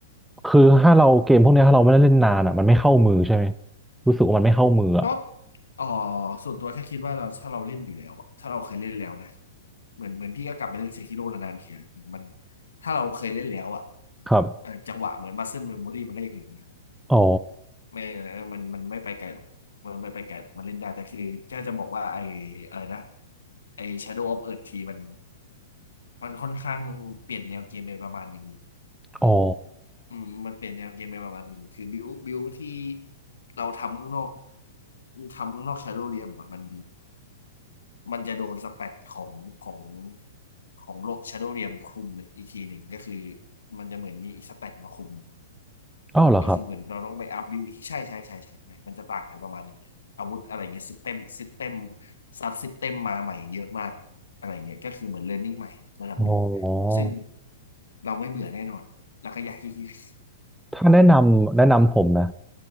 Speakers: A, in the centre; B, on the left.
A: คือถ้าเราเกมพวกเนี้ยถ้าเราไม่ได้เล่นนานอะมันไม่เข้ามือใช่ไหมรู้สึกว่ามันไม่เข้ามืออะ
B: ก็เออส่วนตัวแค่คิดว่าเราถ้าเราเล่นอยู่แล้วอะถ้าเราเคยเล่นแล้วนะเหมือนเหมือนพี่ก็กลับไปเล่นเซคิโร่นานๆทีอะมันถ้าเราเคยเล่นแล้วอะ
A: ครับ
B: เอ่อจังหวะเหมือนมัสเซิลเมมโมรีมันก็ยังอยู่นะ
A: อ๋อ
B: ไม่มันมันไม่ไปไกลหรอกมันไม่ไปไกลหรอกมันเล่นได้แต่คือแค่จะบอกว่าไออะไรนะไอ Shadow of Earth ทีมันมันค่อนข้างเปลี่ยนแนวเกมไปประมาณหนึ่ง
A: อ๋อ
B: อืมมันเปลี่ยนแนวเกมไปประมาณหนึ่งคือบิวบิวที่เราทำข้างนอกทำข้างนอกชาโดว์เรียมอะมันมันจะโดนสแปดของของของโลกชาโดว์เรียมคุมเลยอีกทีหนึ่งก็คือมันจะเหมือนมีอีกสแปดมาคุม
A: อ้าวเหรอครับ
B: ก็คือเหมือนเราต้องไปอัพบิวอีกทีใช่ใช่ใช่ใช่ใช่มันจะต่างกันประมาณหนึ่งเลยอาวุธอะไรเงี้ยซิสเต็มซิสเต็มซับซิสเต็มมาใหม่เยอะมากอะไรเงี้ยก็คือเหมือนเรียนรู้ใหม่ระดับหนึ่ง
A: อ๋อ
B: ซึ่งเราไม่เบื่อแน่นอนแล้วก็อยากขี้เกียจ
A: ถ้าแนะนำแนะนำผมนะ